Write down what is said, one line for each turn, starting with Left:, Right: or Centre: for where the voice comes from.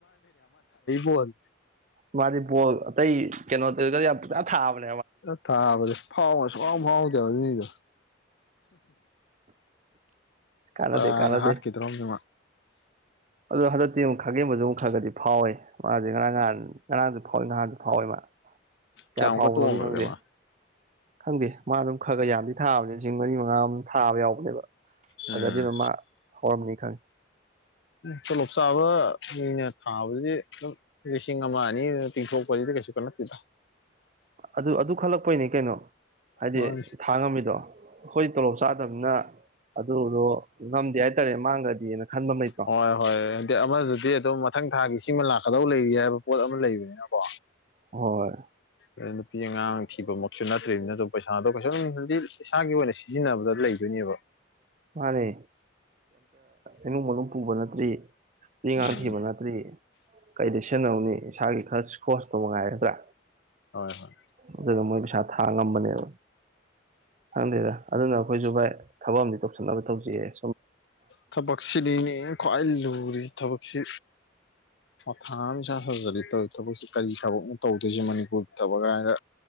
Left: ꯕꯣꯜ
Right: ꯃꯥꯗꯤꯣ ꯑꯇꯩ ꯀꯩꯅꯣ ꯑꯗꯨ ꯀ ꯊꯥꯕꯅꯤ
Left: ꯑ ꯊꯥꯕꯁꯦ ꯐꯥꯎꯕ ꯁꯨꯡꯥꯎ ꯐꯥꯎꯗꯦꯕ ꯑꯗꯨꯅꯤꯗ
Right: ꯀꯥꯟꯅꯗꯦ
Left: ꯇꯥꯅ
Right: ꯀꯥꯟꯅꯗꯦ
Left: ꯍꯥꯠꯈꯤꯗ꯭ꯔꯣꯝꯗꯨꯃ
Right: ꯑꯗꯣ ꯍꯟꯗꯛꯇꯤ ꯑꯃꯨꯛ ꯈꯥꯒꯦꯝꯕꯁꯨ ꯑꯃꯨꯛ ꯈꯔꯒꯗꯤ ꯐꯥꯎꯋꯦ ꯃꯥꯁꯦ ꯉꯔꯥꯡ ꯅꯍꯥꯟ ꯉꯔꯥꯡꯁꯨ ꯐꯥꯎꯏ ꯅꯍꯥꯟꯁꯨ ꯐꯥꯎꯋꯦ ꯃꯥ ꯀꯌꯥ
Left: ꯀꯌꯥꯃꯨꯛꯀ
Right: ꯐꯥꯎꯕꯅꯣꯗꯤ
Left: ꯇꯣꯡꯈ꯭ꯔꯒꯦ
Right: ꯈꯪꯗꯦ
Left: ꯃꯥ
Right: ꯈꯪꯗꯦ ꯃꯥ ꯑꯗꯨꯝ ꯈꯔ ꯈꯔ ꯌꯥꯝꯗꯤ ꯊꯥꯕꯅꯦ ꯂꯤꯁꯤꯡ ꯃꯔꯤ ꯃꯉꯥ ꯑꯃ ꯊꯥꯕ ꯌꯥꯎꯕꯅꯦꯕ
Left: ꯎꯝ
Right: ꯍꯥꯏ ꯑꯗꯨꯅ ꯃꯥ ꯍꯔꯝꯅꯤ ꯈꯪꯉꯦ
Left: ꯇꯣꯂꯣꯞ ꯆꯥꯕ ꯃꯤꯅ ꯊꯥꯕꯁ ꯑꯗꯨꯝ ꯂꯤꯁꯤꯡ ꯑꯃꯃꯅꯤ ꯇꯁꯨꯣꯄꯥꯗꯤ ꯀꯩꯁꯨꯛꯅꯥ ꯇꯗ
Right: ꯑꯗꯨ ꯑꯗꯨ ꯈꯜꯂꯛꯄꯩꯅꯤ ꯀꯩꯅꯣ ꯍꯥꯏꯗꯤ
Left: ꯃꯥꯅꯤ
Right: ꯊꯥ ꯉꯝꯃꯤꯗꯣ ꯑꯩꯈꯣꯏ ꯇꯣꯂꯣꯞ ꯆꯥꯗꯕꯅ ꯑꯗꯨꯗꯣ ꯉꯝꯗꯦ ꯍꯥꯏꯇꯥꯔꯦ ꯃꯥꯡꯒ꯭ꯔꯗꯤꯅ ꯈꯟꯕ ꯑꯃ ꯂꯩꯇ꯭ꯔꯣ
Left: ꯍꯣꯏ ꯍꯣꯏ ꯍꯥꯏꯗꯤ ꯑꯃꯗꯗꯤ ꯑꯗꯨꯝ ꯃꯊꯪ ꯊꯥꯒꯤ ꯁꯤꯃ ꯂꯥꯛꯄ ꯀꯗꯧ ꯂꯩꯔꯤ ꯍꯥꯏꯕ ꯄꯣꯠ ꯑꯃ ꯂꯩꯕꯅꯤꯅꯀꯣ
Right: ꯍꯣꯏ
Left: ꯑ ꯅꯨꯄꯤ ꯑꯉꯥꯡ ꯊꯤꯕꯃꯛꯁꯨ ꯅꯠꯇ꯭ꯔꯤꯕꯅꯤꯅ ꯑꯗꯨ ꯄꯩꯁꯥꯗꯣ ꯀꯩꯁꯨꯝꯗꯤ ꯏꯁꯥꯒꯤ ꯑꯣꯏꯅ ꯁꯤꯖꯤꯟꯅꯕꯗ ꯂꯩꯗꯣꯏꯅꯦꯕ
Right: ꯎ ꯃꯥꯅꯦ ꯏꯃꯨꯡ ꯃꯅꯨꯡ ꯄꯨꯕ ꯅꯠꯇ꯭ꯔꯤ ꯃꯤ ꯉꯥꯡ
Left: ꯎꯝ
Right: ꯊꯤꯕ ꯅꯠꯇ꯭ꯔꯤ ꯀꯩꯗ ꯏꯁꯟꯅꯧꯅꯤ ꯏꯁꯥꯒꯤ ꯈꯔ ꯈꯣꯁꯇꯣ ꯃꯉꯥꯏꯒꯗ꯭ꯔꯥ
Left: ꯍꯣꯏ ꯍꯣꯏ
Right: ꯑꯗꯨꯗ ꯃꯣꯏ ꯄꯩꯁꯥ ꯊꯥ ꯉꯝꯕꯅꯦꯕ ꯈꯪꯗꯦꯗ ꯑꯗꯨꯅ ꯑꯩꯈꯣꯏꯁꯨ ꯚꯥꯏ ꯊꯕꯛ ꯑꯝ ꯇꯧꯁꯤꯟꯅꯕ ꯇꯧꯖꯩꯑ
Left: ꯊꯕꯛꯁꯤꯔꯤꯅꯤ ꯈ꯭ꯋꯥꯏ ꯂꯨꯔꯤꯁꯤ ꯊꯕꯛꯁꯤ ꯊꯥ ꯑꯃ ꯁꯥ ꯁꯥꯖꯔꯤ ꯇꯧ ꯊꯕꯛꯁꯤ ꯀꯔꯤ ꯊꯕꯛꯅꯣ ꯇꯧꯗꯣꯏꯁꯦ ꯃꯅꯤꯄꯨꯔ ꯊꯕꯛ ꯀꯥꯏꯗ